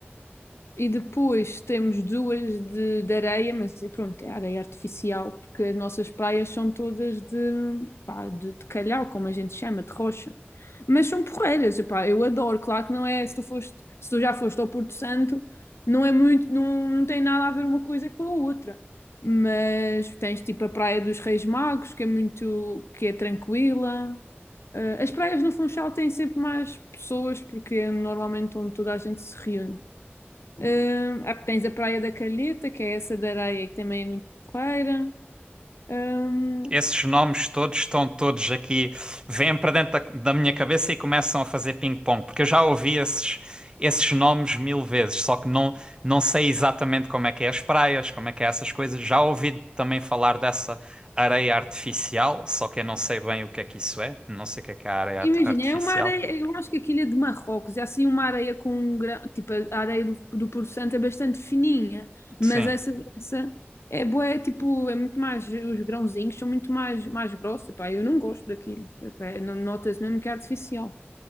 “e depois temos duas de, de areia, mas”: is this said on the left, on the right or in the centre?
Left